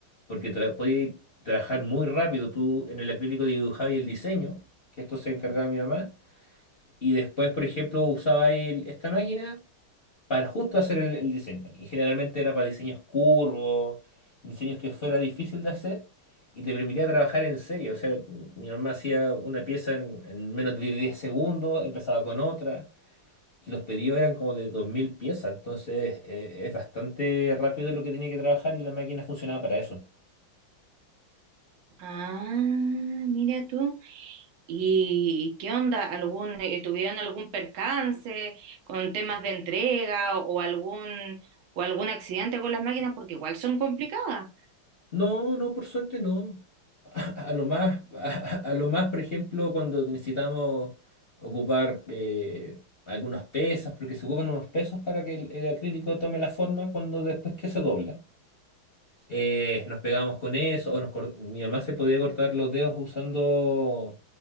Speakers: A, on the left; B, on the right.
A: porque tra podía trabajar muy rápido, tú en el acrílico dibujabas el diseño, que esto se encargaba mi mamá, y después, por ejemplo, usaba el- esta máquina. para justo hacer el, el diseño. Y generalmente era para diseños curvos, diseños que fuera difícil de hacer y te permitía trabajar en serie. O sea, m- mi mamá hacía una pieza en, en menos de 10 segundos, empezaba con otra y los pedidos eran como de 2000 piezas. Entonces eh, es bastante rápido lo que tenía que trabajar y la máquina funcionaba para eso.
B: Ah, mira tú. ¿Y qué onda? ¿Algún, eh, tuvieron algún percance con temas de entrega o, o algún o algún accidente con las máquinas? Porque igual son complicadas.
A: No, no, por suerte no. A lo más, a, a lo más, por ejemplo, cuando necesitamos ocupar eh, algunos pesos, porque se ocupan unos pesos para que el, el acrílico tome la forma cuando después que se dobla. Eh, nos pegábamos con eso, o nos cor- mi mamá se podía cortar los dedos usando